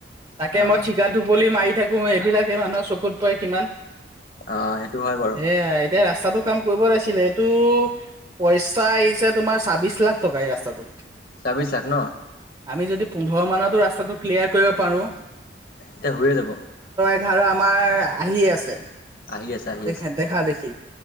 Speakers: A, on the right (about 25°); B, on the left (about 55°).
A: তাকে
B: অ
A: মই ঠিকা টুপলি মাৰি থাকোঁ এইবিলাক সেই মানুহৰ চকুত পৰে কিমান
B: অ সেইটো হয় বাৰু
A: এয়া এতিয়া ৰাস্তাতটো কাম কৰিব লাগিছিলে টো পইচা আহিছে তোমাৰ চাব্বিশ লাখ টকা এই ৰাস্তাটোত।
B: ছাব্বিছ লাখ ন।
A: আমি যদি পোন্ধৰ মানটো ৰাস্তাটো ক্লিয়াৰ কৰিব পাৰোঁ।
B: তে হৈয়ে যাব।
A: ঘাৰু আমাৰ আহিয়ে আছে।
B: আহি আছে আহি
A: দেখে-দেখা
B: আছে
A: দেখি